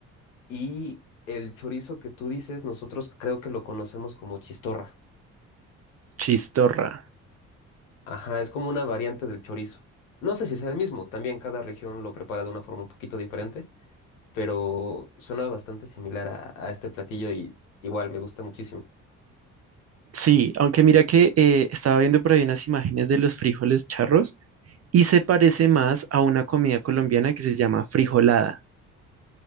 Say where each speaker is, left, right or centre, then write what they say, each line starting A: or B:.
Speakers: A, on the left; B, on the right.
A: Y el chorizo que tú dices, nosotros creo que lo conocemos como chistorra.
B: Chistorra.
A: Ajá, es como una variante del chorizo. No sé si sea el mismo, también cada región lo prepara de una forma un poquito diferente, pero suena bastante similar a a este platillo y igual me gusta muchísimo.
B: Sí, aunque mira que eh, estaba viendo por ahí unas imágenes de los frijoles charros y se parece más a una comida colombiana que se llama frijolada.